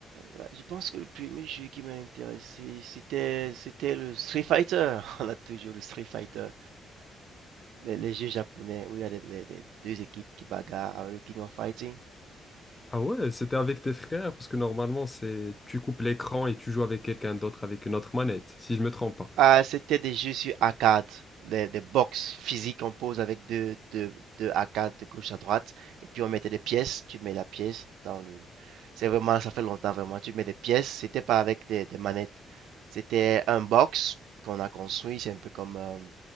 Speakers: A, on the right; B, on the left.
A: là, je pense que le premier jeu qui m'a intéressé, c'était, c'était le Street Fighter. <laughs> On a toujours le Street Fighter. Les, les jeux japonais où il y a des, des- des- deux équipes qui bagarrent avec le King of Fighting.
B: Ah ouais, c'était avec tes frères, parce que normalement, c'est tu coupes l'écran et tu joues avec quelqu'un d'autre avec une autre manette, si je me trompe pas.
A: Ah, c'était des jeux sur arcade, des, des box physiques, on pose avec deux, deux, deux arcades de gauche à droite, et puis on mettait des pièces, tu mets la pièce dans le... C'est vraiment, ça fait longtemps vraiment, tu mets des pièces, c'était pas avec des, des manettes, c'était un box qu'on a construit, c'est un peu comme, euh,